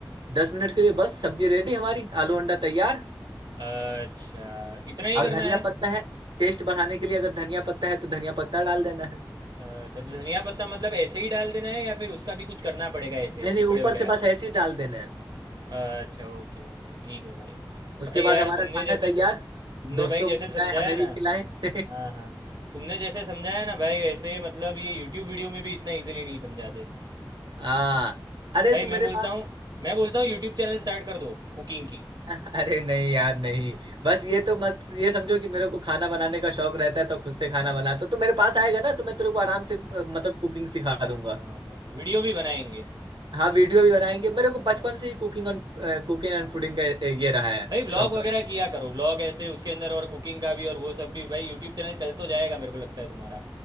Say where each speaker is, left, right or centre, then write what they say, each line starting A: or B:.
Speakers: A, on the right (about 80°); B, on the right (about 60°).
A: दस मिनट के लिए बस सब्जी रेडी हमारी आलू अंडा तैयार
B: अच्छा इतना ही
A: और
B: करना
A: धनिया
B: है
A: पत्ता है टेस्ट बढ़ाने के लिए अगर धनिया पत्ता है तो धनिया पत्ता डाल देना है
B: अच्छा तो धनिया पत्ता मतलब ऐसे ही डाल देना है या फिर उसका भी कुछ करना पड़ेगा ऐसे
A: नहीं नहीं
B: टुकड़े
A: ऊपर
B: वगैरह
A: से बस ऐसे ही डाल देना है
B: अच्छा ओके ओके ठीक है भाई
A: उसके
B: भाई
A: बाद
B: यार
A: हमारा
B: तुमने
A: खाना
B: जैसे
A: तैयार
B: समझ तुमने
A: दोस्तों
B: भाई जैसे
A: को खिलाएं
B: समझाया
A: हमें भी
B: ना
A: खिलाएं <laughs>
B: हाँ हाँ तुमने जैसे समझाया ना भाई वैसे मतलब ये यूट्यूब वीडियो में भी इतना इजीली नहीं समझाते
A: हाँ अरे
B: भाई
A: तू मेरे
B: मैं बोलता
A: पास
B: हूँ मैं बोलता हूँ यूट्यूब चैनल स्टार्ट कर दो कुकिंग की
A: <laughs> अरे नहीं यार नहीं बस ये तो मत ये समझो कि मेरे को खाना बनाने का शौक रहता है तो खुद से खाना बनाता हूँ। तो मेरे पास आएगा ना तो मैं तेरे को आराम
B: हम्म,
A: से अ, मतलब कुकिंग सिखा दूंगा
B: हाँ भाई वीडियो भी बनाएंगे
A: हाँ वीडियो भी बनाएंगे मेरे को बचपन
B: हाँ
A: से ही कुकिंग एंड कुकिंग एंड
B: हाँ
A: फूडिंग का अ, ये रहा है
B: भाई व्लॉग
A: शौक
B: वगैरह किया करो व्लॉग ऐसे उसके अंदर और कुकिंग का भी और वो सब भी भाई यूट्यूब चैनल चल तो जाएगा मेरे को लगता है तुम्हारा